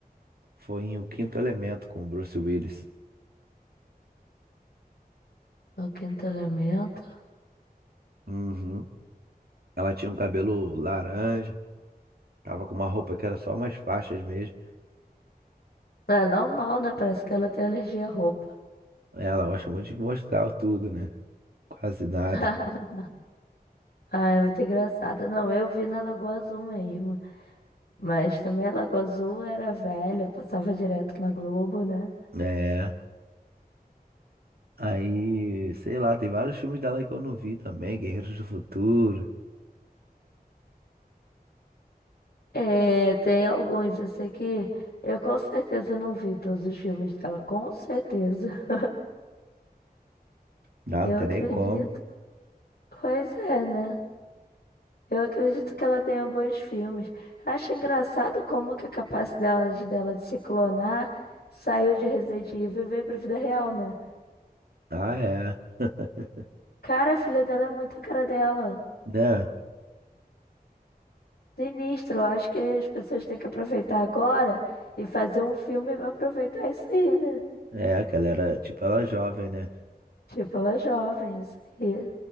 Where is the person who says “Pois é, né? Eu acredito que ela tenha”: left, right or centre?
Left